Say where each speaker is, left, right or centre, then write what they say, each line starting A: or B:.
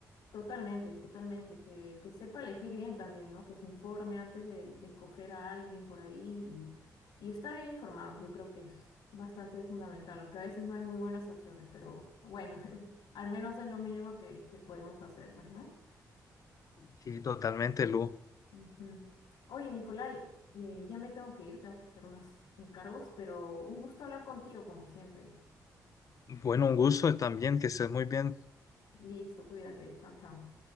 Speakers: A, on the left; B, on the left.
A: Totalmente, totalmente, que, que sepa elegir bien también, ¿no? Que se informe antes de, de escoger a alguien por ahí y, y estar bien informados, yo creo que es bastante fundamental, aunque a veces no hay muy buenas opciones, pero bueno, <laughs> al menos es lo mínimo que, que podemos hacer, pues, ¿no?
B: Sí, totalmente, Lu.
A: Ujú. Oye, Nicolai, eh, ya me tengo que ir, tengo que hacer unos encargos, pero un gusto hablar contigo como siempre.
B: Bueno, un gusto también, que estés muy bien.
A: Listo, cuídate, chao, chao.